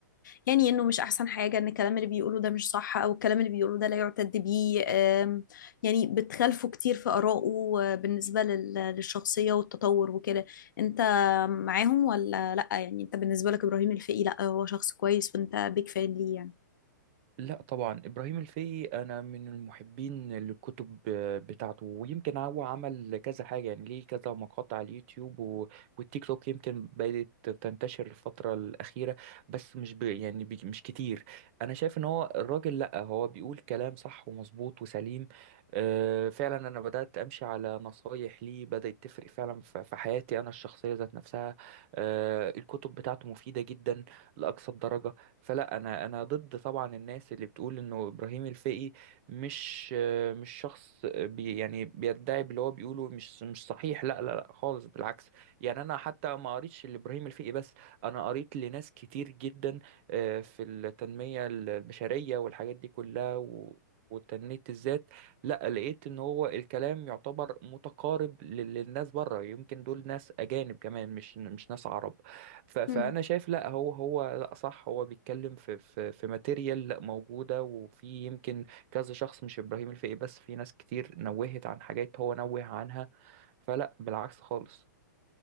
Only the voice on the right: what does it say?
لا طبعا ابراهيم الفقي انا من المحبين للكتب بتاعته ويمكن هو عمل كذا حاجه يعني ليه كذا مقاطع على اليوتيوب و... والتيك توك يمكن بدات تنتشر الفتره الاخيره بس مش ب... يعني بي... مش كتير انا شايف ان هو الراجل لا هو بيقول كلام صح ومظبوط وسليم أه فعلا انا بدات امشي على نصايح ليه بدات تفرق فعلا في في حياتي انا الشخصيه ذات نفسها أه الكتب بتاعته مفيده جدا لاقصى الدرجه فلا انا انا ضد طبعا الناس اللي بتقول انه ابراهيم الفقي مش آه، مش شخص بي يعني بيدعي باللي هو بيقوله مش مش صحيح لا لا لا خالص بالعكس يعني انا حتى ما قريتش لابراهيم الفقي بس انا قريت لناس كتير جدا آه، في التنمية البشرية والحاجات دي كلها و وتنمية الذات لا لقيت ان هو الكلام يعتبر متقارب لل- للناس بره يمكن دول ناس اجانب كمان مش مش ناس عرب ف- فانا
شايف لا هو هو لا صح هو بيتكلم في في في ماتيريال لا موجوده وفي يمكن كذا شخص مش ابراهيم الفقي بس في ناس كتير نوهت عن حاجات هو نوه عنها فلا بالعكس خالص